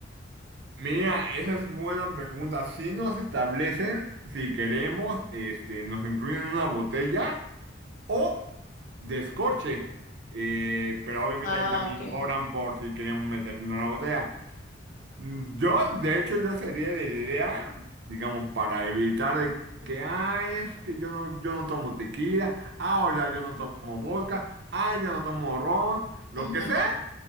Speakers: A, on the right (about 65°); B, on the left (about 45°).
A: Mira, esa es buena pregunta. Si nos establecen, si queremos, este, nos incluyen una botella o descorche. Eh, pero obviamente
B: Ah,
A: ahí también
B: ok.
A: cobran por si queremos meter una botella. Mm, Yo, de hecho, yo sería de la idea, digamos, para evitar de que, ay, es que yo no, yo no tomo tequila, ah, o sea, yo no tomo vodka, ah, yo no tomo ron, lo
B: Ujú.
A: que sea,